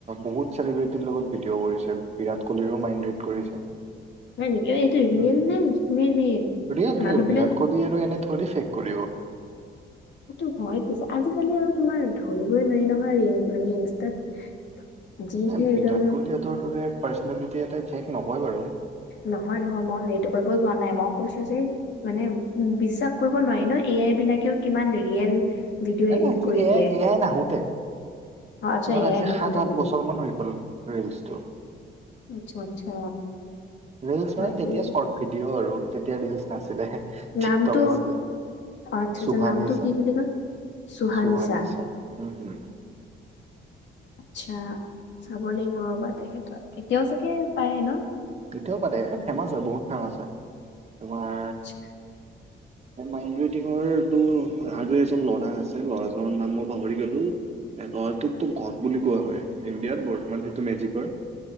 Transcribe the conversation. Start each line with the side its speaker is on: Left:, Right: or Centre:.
Right: বহুত চেলিব্ৰিটিৰ লগত ভিডিঅ' কৰিছে বিৰাট কোহলিৰো মাইণ্ড ৰিড কৰিছে।
Left: হয় নেকি <unintelligible>
Right: উম,
Left: নে নে নে
Right: ৰিয়েল
Left: মানুহ
Right: ৰিয়েল
Left: বিলাক
Right: বিৰাট কোহলি আৰু এনে থৰি ফেক কৰিব।
Left: সেইটো হয় পিছে আজিকালি আৰু তোমাৰ ধৰিবই নোৱাৰি নহয় মানে ইনষ্টাত যিহে
Right: ন বিৰাট
Left: একদম
Right: কোহলিহঁতৰ দৰে পাৰ্চনেলিটি এটাই ফেক নকয় বাৰু।
Left: নহয় নহয় মই এইটো কব যোৱা নাই মই কৈছোঁ যে মানে উম, বিশ্বাস কৰিব নোৱাৰি ন এ আই বিলাকেও কিমান ৰিয়েল ভিডিঅ'
Right: নাই
Left: এডিট
Right: নাই সেইটো
Left: কৰি
Right: এয়া-এয়াই
Left: দিয়ে।
Right: নাহোতে।
Left: অ' আচ্ছা
Right: তোমাৰ
Left: এ
Right: আজি
Left: আই নাহো
Right: সাত
Left: তেনেকে।
Right: আঠ বছৰ মান হৈ গ'ল ৰিলচটো।
Left: আচ্ছা আচ্ছা।
Right: ৰিলচ মানে
Left: বাপৰে
Right: তেতিয়া চৰ্ট ভিডিঅ' আৰু তেতিয়া ৰিলচ নাছিলে <inaudible>
Left: নামটো
Right: টিক টক আছিলে।
Left: আচ্ছা আচ্ছা
Right: চুহানী
Left: নামটো
Right: চাহ,
Left: কি বুলি কয়? চুহানিছা।
Right: চুহানী চাহ উম, হুম।
Left: <unintelligible> আচ্ছা, চাব লাগিব ৰবা তেখেতৰ এতিয়াও চাগে পাৰে ন?
Right: এতিয়াও পাৰে এ ফেমাচ হয় বহুত ফেমাচ হয়। তোমাৰ
Left: <unintelligible>
Right: মাইণ্ড ডিঙৰটো আৰু এজন ল'ৰা আছে ল'ৰাজনৰ নাম মই পাহৰি গলোঁ। ল'ৰাটোকতো ঘট বুলি কোৱা হয় ইণ্ডিয়াত বৰ্তমান সেইটো মেজিকৰ।